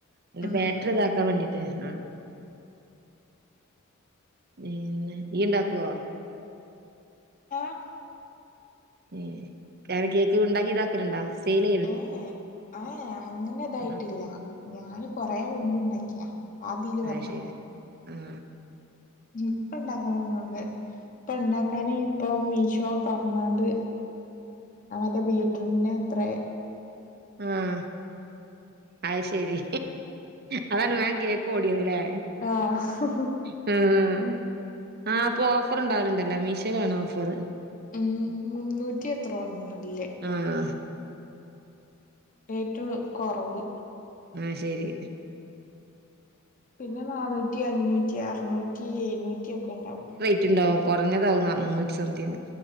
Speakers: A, on the right (about 50°); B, on the left (about 40°).
A: എന്റെ
B: ഉം
A: ബാറ്ററിതക്കാൻ
B: ഉം
A: വേണ്ടിട്ട് ആഹ പിന്നെ ഈ ഉണ്ടാക്കുവോ
B: ആഹ
A: <unintelligible> കേക്ക ഉണ്ടാക്കിതാ ണ്ടാ സേല
B: ഏഹ ഏ അങ്ങനെ ഇതായിട്ടില്ല
A: ഉം
B: ഞാന് കൊറെ മുൻപ ഉണ്ടാക്കിയാ ആതില് പറഞ്ഞ
A: അ ശരി ആഹ
B: ഇപ്പ ഇണ്ടാക്കണന്നണ്ട് ഇപ്പൊ ഉണ്ടാക്കാന് ഇപ്പൊ മീഷോ തറന്നാണ്ട് അവറ്റേ ബീറ്ററിന് എത്ര
A: ആഹ അത് ശരി അതാണ് മാൻ കേക്ക ഓടിയതില്ലേ
B: ആഹ്
A: <unintelligible> ആഹ അപ്പൊ ഓഫർ ഉണ്ടാവലുണ്ടല്ലോ മീഷോയിലാണ് ഓഫറ്
B: ഉ മുന്നൂറ്റി എത്രോണല്ലേ
A: ആഹ
B: ഏറ്റവും കുറവ്
A: ആഹ ശരി
B: പിന്നെ നന്നൂറ്റി അഞ്ഞൂറ്റി അറുന്നൂറ്റി എഴുന്നൂറ്റി ഒക്കെ ഉണ്ടാവും
A: ണ്ടാവും കുറഞ്ഞതാവുന്ന മുന്നൂറ്റി സംതിങ്